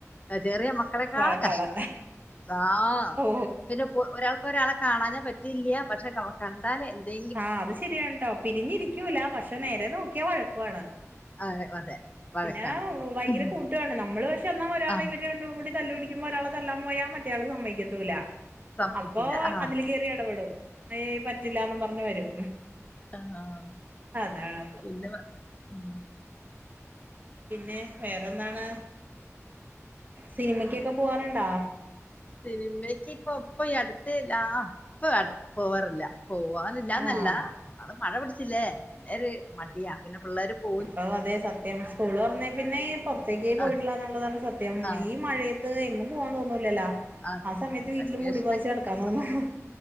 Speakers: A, on the left; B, on the right.
A: ചെറിയ മക്കളെക്കാളും
B: വഴക്കാണ്
A: കഷ്ടാ ആഹ്
B: ഓ
A: പിന്നെ ഒരാൾക്ക് ഒരാളെ കാണാനാ പറ്റൂല്ല പക്ഷെ കണ്ടാൽ എന്തെ
B: ആഹ് അത് ശെരിയാണുട്ടോ പിരിഞ്ഞിരിക്കൂല പക്ഷെ നേരെ നോക്കിയാ വഴക്കുവാണ്
A: അതെ അതെ വഴക്കാണ്
B: പിന്നെ ഭയങ്കര
A: ഉം.
B: കൂട്ടുവാണ് നമ്മള് പഷെ എന്നാൽ ഒരാളെ
A: ആ
B: ഇവര് രണ്ടെരൂടി തല്ല് പിടിക്കുമ്പോ ഒരാളെ തല്ലാൻ പോയാ മറ്റയാള് സമ്മതിക്കത്തൂല്ല
A: സമ്മതിക്കില്ല
B: അപ്പോ
A: ആ
B: അതില് കയറി എടപെടും ഏഹ് പറ്റുല്ലാന്ന് പറഞ്ഞ് വരും
A: ആഹ്
B: അതാണ്
A: പിന്നെ പറ ഉം
B: പിന്നെ വേറെന്താണ് സിനിമക്കൊക്ക പോവാറുണ്ടാ
A: സിനിമക്ക് ഇപ്പൊ ഇപ്പൊ ഈ അടുത്ത് ലാ ഇപ്പോ പോവാറില്ല പോവാന്നില്ലാന്നല്ല
B: ആഹ്
A: അത് മഴ പിടിച്ചില്ലേ പിന്നെര് മടിയാ പിന്നെ പിള്ളേര് പോ
B: ഓ അതേ സത്യം സ്കൂള് തുറന്നെ പിന്നെ പുറത്തേക്ക് പോയിട്ടില്ല
A: ആ
B: എന്നുള്ളതാണ് സത്യം
A: ആ
B: ഈ മഴയത്ത് എങ്ങും പോവാ തോന്നൂലല്ലോ
A: അതന്നെ
B: ആ സമയത്ത് വീട്ടില്
A: വെക്കേഷന
B: മൂടി പൊതച്ച് കെടക്കാൻ
A: ആഹ്
B: തോന്നും
A: സമയത്ത്